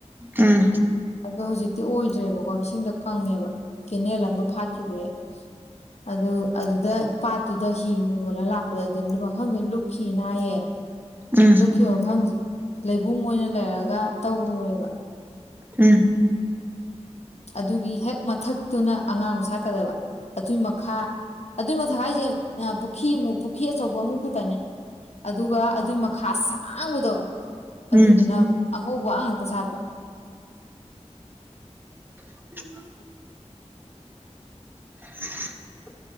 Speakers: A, on the right (about 15°); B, on the left (about 65°).
A: ꯎꯝ꯫
B: ꯑꯗꯣ ꯍꯧꯖꯤꯛꯇꯤ ꯑꯣꯏꯗ꯭ꯔꯦꯕꯀꯣ ꯏꯁꯤꯡꯗ ꯀꯪꯉꯦꯕ ꯀꯦꯅꯦꯜ ꯑꯃ ꯐꯥꯠꯈꯤꯕꯩ꯫ ꯑꯗꯨ ꯑꯗꯨꯗ ꯄꯥꯠꯇꯨꯗ ꯍꯤ ꯍꯣ ꯍꯣꯜꯂ ꯂꯥꯛꯄ ꯑꯗꯨ ꯃꯐꯝꯗꯣ ꯂꯨꯞꯈꯤꯅ ꯍꯥꯏꯌꯦ
A: ꯎꯝ
B: ꯂꯨꯞ ꯈꯤꯕ ꯃꯐꯝꯗꯨ ꯂꯩꯕꯨꯡ ꯑꯣꯏꯅ ꯂꯩꯔꯒ ꯇꯧꯍꯧꯋꯦꯕ꯫
A: ꯎꯝ꯫
B: ꯑꯗꯨꯒꯤ ꯍꯦꯛ ꯃꯊꯛꯇꯨꯅ ꯑꯉꯥꯡꯕꯨ ꯁꯥꯠꯀꯗꯕ ꯑꯗꯨꯏ ꯃꯈꯥ ꯑꯗꯨꯏ <unintelligible> ꯄꯨꯈ꯭ꯔꯤ ꯄꯨꯈ꯭ꯔꯤ ꯑꯆꯧꯕ ꯑꯍꯨꯝ ꯈꯛꯇꯅꯦ꯫ ꯑꯗꯨꯒ ꯑꯗꯨꯒꯤ ꯃꯈꯥ ꯁꯥꯡꯕꯗꯣ ꯑꯗꯨꯗꯨꯅ
A: ꯎꯝ
B: ꯑꯉꯧꯕ ꯉꯥꯛꯇ ꯁꯥꯠꯄ꯫
A: <unintelligible> <unintelligible>